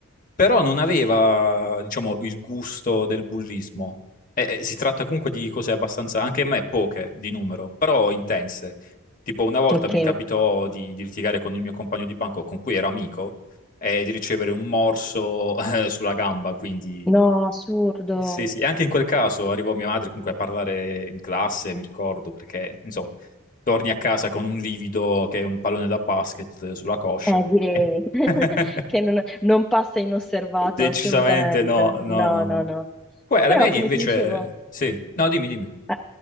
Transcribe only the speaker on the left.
però non aveva, diciamo, il gusto del bullismo. E- e si tratta comunque di cose abbastanza, anche a me poche di numero, però intense. Tipo una volta
mi capitò di, di litigare con il mio compagno di banco, con cui ero amico, e di ricevere un morso, <laughs> eh, sulla gamba, quindi...
Sì, sì, e anche in quel caso arrivò mia madre comunque a parlare in classe, mi ricordo, perché insomma, torni a casa con un livido che è un pallone da basket sulla coscia,
quindi
<laughs>
decisamente
no, no,
no,
no.
Poi alle
medie
invece,
sì, no, dimmi, dimmi.